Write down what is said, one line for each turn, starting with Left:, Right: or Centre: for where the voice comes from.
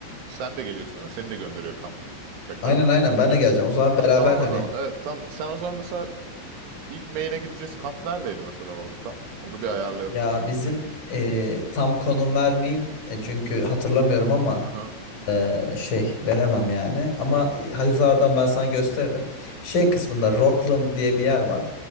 Right: sen de geliyorsun değil mi? Seni de gönderiyor kamp. Tekrardan
Left: Aynen aynen ben
Right: gel.
Left: de geleceğim. O zaman
Right: Ha,
Left: beraber
Right: tamam
Left: hani
Right: o zaman. Evet, tamam. Sen o zaman mesela ilk Maine'e gideceğiz. Kamp neredeydi mesela orada tam? Onu bir ayarlayalım.
Left: ya bizim
Right: Hani
Left: ee, tam konum vermeyeyim e, çünkü hatırlamıyorum ama
Right: aha,
Left: ee, şey veremem yani. Ama haritalardan ben sana gösteririm. Şey kısmında Rockland diye bir yer var.